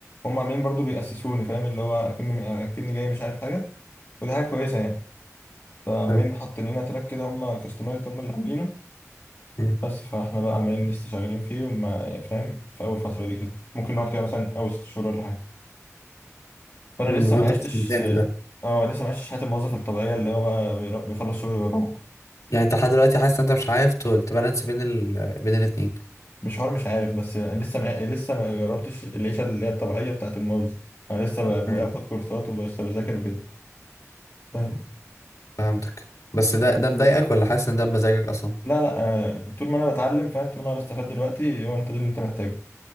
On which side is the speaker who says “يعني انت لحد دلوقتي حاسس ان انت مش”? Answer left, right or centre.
Left